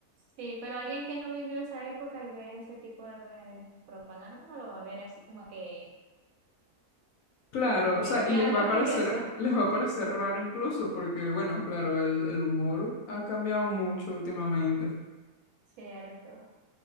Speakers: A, on the right; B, on the left.
A: sí, pero alguien que no vivió esa época y ve ese tipo de eh, propaganda no lo va a ver así como que,
B: Claro,
A: como
B: o
A: que
B: sea,
A: mi
B: y les
A: alma,
B: va a parecer,
A: ¿qué es eso?
B: les va a parecer raro incluso, porque bueno, claro, el, el humor ha cambiado mucho últimamente.
A: <laughs> Cierto.